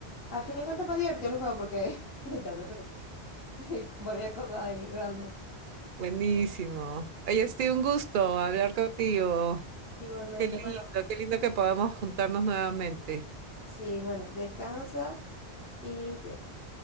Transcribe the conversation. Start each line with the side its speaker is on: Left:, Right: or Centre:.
Left: A fin de cuentas fue divertido el juego porque <laughs> te hace pensar y varias <laughs> cosas ahí random.
Right: Buenísimo. Oye, ha sido un gusto hablar contigo.
Left: Igualmente,
Right: Qué lindo,
Left: bueno,
Right: qué lindo que podamos juntarnos nuevamente.
Left: sí, bueno, descansa y te-